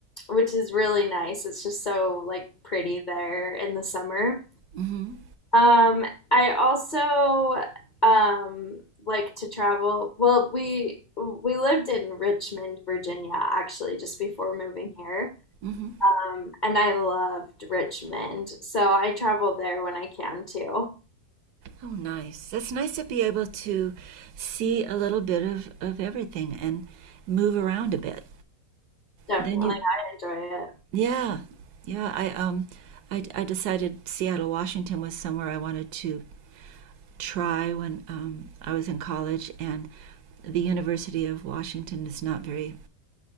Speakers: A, on the left (about 40°); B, on the right (about 75°).
A: which is really nice. It's just so like pretty there in the summer.
B: Mm-hmm.
A: Um, I also um, like to travel. Well, we we lived in Richmond, Virginia, actually, just before moving here.
B: Mm-hmm.
A: Um, and I loved Richmond, so I travel there when I can too.
B: Oh, nice. That's nice to be able to see a little bit of of everything and move around a bit.
A: Definitely,
B: Then you,
A: I enjoy it.
B: yeah, yeah. I um, I I decided Seattle, Washington was somewhere I wanted to try when um, I was in college, and the University of Washington is not very,